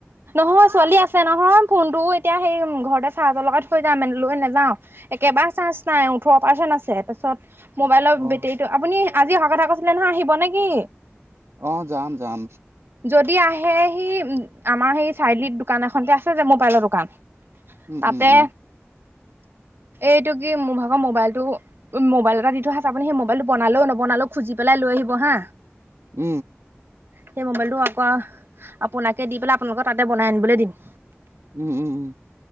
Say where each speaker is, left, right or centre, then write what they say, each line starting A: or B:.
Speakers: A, on the right; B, on the right.
A: নহয়, ছোৱালী আছে নহয়, ফোনটোও এতিয়া সেই ঘৰতে চাৰ্জৰ লগাই থৈ যাম, লৈ নাযাওঁ একেবাৰে চাৰ্জ নাই ওঠৰ পাৰ্চেন আছে তাছত মোবাইলৰ
B: অ
A: বেটেৰীটো আপুনি আজি অহা কথা কৈছিলে নহয়, আহিব নেকি?
B: অ', যাম, যাম।
A: যদি আহে সি আমাৰ সেই চাৰিআলিত দোকান এখন যে, আছে যে, মোবাইলৰ দোকান
B: উম
A: তাতে
B: উম উম
A: এইটো কি মোৰ ভাগৰ মোবাইলটো মোবাইল এটা দি থোৱা আছে আপুনি সেই মবাইলটো বনালেও নবনালেও খুজি পেলাই লৈ আহিব হা
B: উ
A: সেই মোবাইলটো আকৌ আপোনাকে দি পেলাই আপোনালোকৰ তাতে বনাই আনিবলৈ দিম
B: উ উ উ